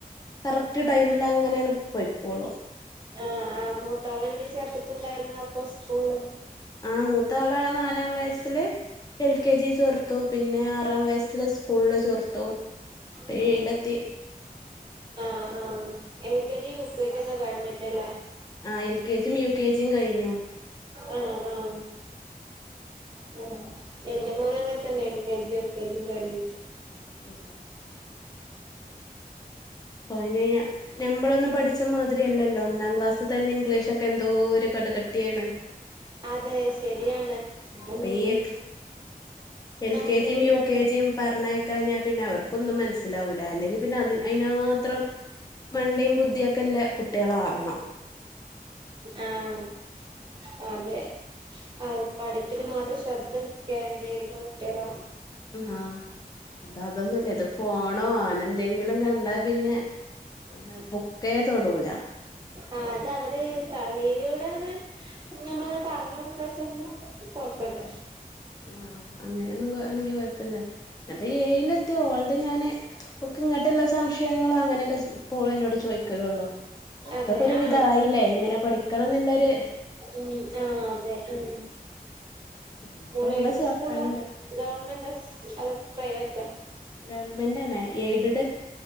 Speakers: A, on the left; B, on the right.
A: കറക്റ്റ് ടൈമിലങ്ങനണ്ട് പൊയ്ക്കോളും
B: ആഹ് ആഹ് മൂത്താളേ പിന്നെ ചേർത്തിട്ട്ണ്ടായിരുന്നു അപ്പൊ സ്കൂൾളും
A: ആഹ് മൂത്താളേ നാലാം വയസ്സില് എൽ കെ ജി ചേർത്തു പിന്നെ ആറാം വയസ്സില് സ് സ്കൂളിൽ ചേർത്തു ഇപ്പ
B: ഉം
A: ഏഴിലെത്തി
B: ആഹ് ആഹ് ആഹ് L K G U K G ഒക്കെ കഴിഞ്ഞിട്ടല്ലേ
A: ആഹ് എൽ കെ ജിം യു കെ ജിയും കഴിഞ്ഞു
B: ആഹ് ആഹ് ഓഹ് എന്റെ മോനുഅങ്ങൻത്തന്നേനി U K G L K G കഴിഞ്ഞിട്ട്
A: ഉം അയിന് ഞ ഞമ്ബളൊന്നും പഠിച്ച മാതിരിയല്ലോല്ലോ ഒന്നാം ക്ലാസ് തന്നെ ഇംഗ്ലീഷോക്കെ എന്ത് ന്തോര് കട് കട്ടിയാണ്
B: അതെ ശരിയാണ്
A: ആഹ്
B: ഉം
A: പെയ്യൽ എൽ
B: ന
A: കെ ജിയും
B: എന്താണ്
A: യു കെ ജിയും പറഞ്ഞേയക്കാഞ്ഞാപിന്നെ അവർക്കൊന്നും മനസ്സ് ലാവൂല അല്ലെങ്കിൽ പിന്നെ അതിൻ അയിനാത്രം മണ്ടിം ബുദ്ധിയൊക്കെല്ല കുട്ട്യാളാവണം
B: ആഹ് അതെ ആഹ് പഠിപ്പല് മാത്രം ശ്രദ്ധ കേന്ദ്രീരിക്കണ കുട്ട്യാളാവണം
A: ആഹ് ഇത അതൊന്നുയില്ല ഇത് ഫോണോ അനന്തെങ്കിലും കണ്ടാ പിന്നെ അന്നഅവു ബുക്കേ തൊടൂല
B: ആഹ് അതഅവര് കളിലൂടെ അങ്ങനെ നമ്മള് പറഞ്ഞു കൊടുക്കച്ചാന്ന് കുഴപ്പയില്ല
A: ആഹ് ആഹ് അങ്ങനെയൊന്നും കൊആണെങ്കികൊഴപ്പല്ല്യ ഞാൻപ്പേഏയിലത്യാ ഓൾത് ഞാന് ബുക്ക് ഇങ്ങട്ട്ള്ള സംശയങ്ങളഅങ്ങനെയൊക്കെ പ്പോള് ഇന്നോട് ചോയ്ക്കലൊള്ളും ഓൽക്കൊക്കെരു
B: അതെ ആ
A: വിധായില്ലേ എങ്ങനെ പഠിക്കണംന്ന്ള്ളൊര്
B: ഇഞ്ഞീ ആഹ് അതെ ഉം
A: ഇനിയിപ്പോ
B: മോള്
A: ഇവളെ
B: ഏത്
A: ചേർക്കാന്ണ്ട്
B: സ്കൂൾള ഗവൺമെന്റസ് അത് പ്രൈവറ്റാ
A: ഗവൺമെന്റന്നേ എയ്ഡ്ട്